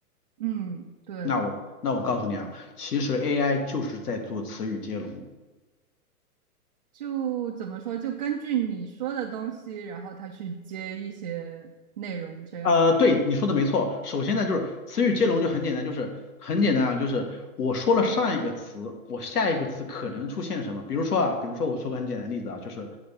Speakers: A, on the right; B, on the left.
A: 嗯对。
B: 那我那我告诉你啊，其实 AI 就是在做词语接龙。
A: 就怎么说，就根据你说的东西，然后他去接一些内容，这样，
B: 呃，对，你说的没错。首先呢，就是词语接龙就很简单，就是很简单啊，就是我说了上一个词，我下一个词可能出现什么？比如说啊，比如说我说个很简单的例子啊，就是